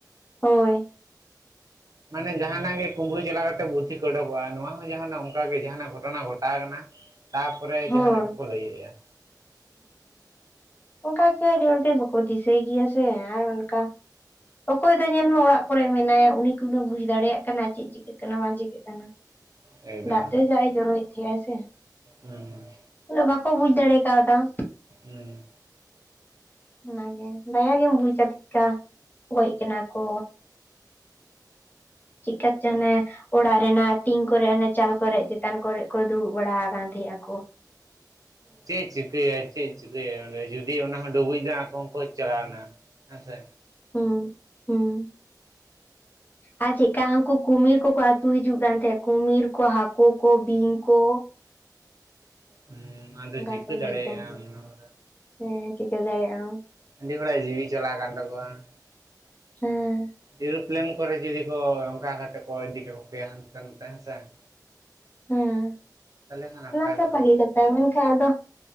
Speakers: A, on the left; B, on the right.
A: ᱦᱳᱭ।
B: ᱢᱟᱱᱮ ᱡᱟᱦᱟᱱᱟᱜ ᱜᱮ ᱠᱩᱢᱵᱽᱲᱩ ᱪᱟᱞᱟᱣ ᱠᱟᱛᱮ ᱵᱩᱫᱽᱫᱷᱤ ᱠᱚ ᱩᱰᱚᱠᱚᱜᱼᱟ ᱱᱚᱣᱟ ᱦᱚᱸ ᱡᱟᱦᱟ ᱫᱚ ᱚᱝᱠᱟᱜᱮ ᱡᱟᱦᱟᱱᱟᱜ ᱜᱷᱚᱴᱚᱱᱟ ᱜᱷᱚᱴᱟᱣ ᱠᱟᱱᱟ ᱛᱟᱯᱚᱨᱮ
A: ᱦᱳᱭ
B: ᱡᱟᱦᱟᱱᱟᱜ ᱜᱮᱠᱚ ᱞᱟᱹᱭᱮᱜᱼᱟ।
A: ᱚᱝᱠᱟ ᱜᱮ ᱟᱹᱰᱤ ᱦᱚᱲᱜᱮ ᱵᱟᱠᱚ ᱫᱤᱥᱟᱹᱭ ᱜᱮᱭᱟ ᱥᱮ, ᱟᱨ ᱚᱱᱠᱟ ᱚᱠᱚᱭ ᱫᱚ ᱧᱮᱞ ᱢᱮ ᱚᱲᱟᱜ ᱠᱚᱨᱮᱜ ᱢᱮᱱᱟᱭᱟ ᱩᱱᱤ ᱠᱤ ᱩᱱᱟᱹᱜ ᱵᱩᱡ ᱫᱟᱲᱮᱭᱟᱜ ᱠᱟᱱᱟᱭ ᱪᱮᱫ ᱪᱤᱠᱟᱹᱜ ᱠᱟᱱᱟ ᱵᱟᱝ ᱪᱤᱠᱟᱹᱜ ᱠᱟᱱᱟ!
B: ᱮᱠᱫᱚᱢ
A: ᱫᱟᱜ ᱛᱮ ᱡᱟᱜᱼᱮ ᱡᱚᱨᱚᱭᱮᱫ ᱛᱮᱦᱮᱸᱜ ᱟᱭ ᱥᱮ ᱾
B: ᱦᱩᱸ
A: ᱩᱱᱟᱹᱜ ᱵᱟᱠᱚ ᱵᱩᱡ ᱫᱟᱲᱮ ᱠᱟᱣᱫᱟ ᱾
B: ᱦᱮᱸ ᱾
A: ᱚᱱᱟᱜᱮ ᱫᱟᱭᱟ ᱜᱮᱢ ᱵᱩᱡᱟ ᱪᱮᱫᱠᱟ ᱜᱚᱡ ᱠᱟᱱᱟ ᱠᱚ। ᱪᱤᱫᱠᱟ ᱪᱚ ᱚᱱᱮ ᱚᱲᱟᱜ ᱨᱮᱱᱟᱜ ᱴᱤᱝ ᱠᱚᱨᱮ ᱦᱟᱱᱮ ᱪᱟᱞ ᱠᱚᱨᱮᱜ ᱪᱮᱛᱟᱱ ᱠᱚᱨᱮᱜ ᱠᱚ ᱫᱩᱲᱩᱵ ᱵᱟᱲᱟ ᱟᱠᱟᱱ ᱛᱟᱦᱮᱸ ᱟᱠᱚ ᱾
B: ᱪᱮᱫ ᱮ ᱪᱤᱠᱟᱹᱭᱟ ᱪᱮᱫ ᱮ ᱪᱤᱠᱟᱹᱭᱟ ᱚᱸᱰᱮ? ᱡᱩᱫᱤ ᱚᱱᱟ ᱦᱚᱸ ᱰᱩᱵᱩᱡ ᱱᱟ ᱟᱠᱚ ᱦᱚᱸᱠᱚ ᱪᱟᱞᱟᱣᱮᱱᱟ ᱦᱮᱸᱥᱮ।
A: ᱦᱮᱸ, ᱦᱮᱸ। ᱟᱨ ᱪᱮᱫᱠᱟ ᱦᱟᱹᱱᱠᱩ ᱠᱩᱢᱤᱨ ᱠᱚᱠᱚ ᱟᱹᱛᱩ ᱦᱤᱡᱩᱜ ᱠᱟᱱ ᱛᱟᱦᱮᱸᱜ ᱠᱩᱢᱤᱨ ᱠᱚ ᱦᱟᱹᱠᱩ ᱠᱚ ᱵᱤᱧ ᱠᱚ।
B: ᱦᱩᱸ ᱟᱫᱚ
A: ᱚᱱᱠᱟ
B: ᱪᱤᱠᱟᱹ
A: ᱠᱚ ᱦᱤᱡᱩᱜ
B: ᱫᱟᱲᱮᱭᱟᱜᱼᱟᱢ
A: ᱠᱟᱱ ᱜᱮᱭᱟ
B: ᱚᱱᱟ <inaudible>
A: ᱦᱮᱸ ᱪᱤᱠᱟᱹ ᱫᱟᱲᱮᱭᱟᱜ ᱟᱢ।
B: ᱟᱹᱰᱤ ᱦᱚᱲᱟᱜ ᱡᱤᱣᱤ ᱪᱟᱞᱟᱣ ᱠᱟᱱ ᱛᱟᱠᱚᱣᱟ ᱾
A: ᱦᱮᱸ ᱾
B: ᱮᱨᱳᱯᱮᱞᱮᱱ ᱠᱚᱨᱮ ᱡᱩᱫᱤ ᱠᱚ ᱚᱝᱠᱟ ᱠᱟᱛᱮ ᱠᱚ ᱤᱫᱤ ᱠᱮᱠᱚ ᱠᱮᱭᱟ ᱦᱟᱱᱛᱮ ᱱᱟᱛᱮ ᱦᱮᱸᱥᱮ ᱾
A: ᱦᱮᱸ,
B: ᱠᱷᱟᱱ ᱱᱟᱯᱟᱭ
A: ᱚᱱᱟ ᱛᱚ
B: ᱠᱚᱜᱼᱟ
A: ᱵᱷᱟᱹᱜᱤ ᱠᱟᱛᱷᱟ ᱢᱮᱱᱠᱷᱟᱱ ᱟᱫᱚ